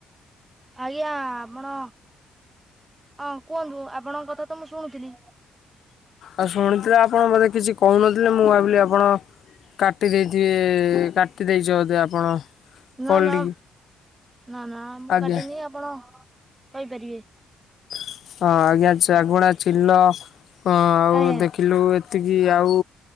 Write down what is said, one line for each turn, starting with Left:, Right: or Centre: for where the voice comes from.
Right: ଆଜ୍ଞା ଆପଣ ହଁ କୁହନ୍ତୁ ଆପଣଙ୍କ କଥା ତ ମୁଁ ଶୁଣୁଥିଲି।
Left: ଆଉ ଶୁଣିଥିଲେ ଆପଣ ବୋଧେ କିଛି କହୁନଥିଲେ ମୁଁ ଭାବିଲି ଆପଣ କାଟି ଦେଇଥିବେ କାଟି ଦେଇେଚ ବୋଧେ ଆପଣ।
Right: ନା
Left: କଲ୍
Right: ନା
Left: ଟିକି
Right: ନା ନା ମୁଁ
Left: ଆଜ୍ଞା
Right: କାଟିନି ଆପଣ କହିପାରିବେ।
Left: ହଁ ଆଜ୍ଞା ଶାଗୁଣା ଚିଲ ଆଉ
Right: ଆଜ୍ଞା
Left: ଦେଖିଲୁ ଏତିକି କି ଆଉ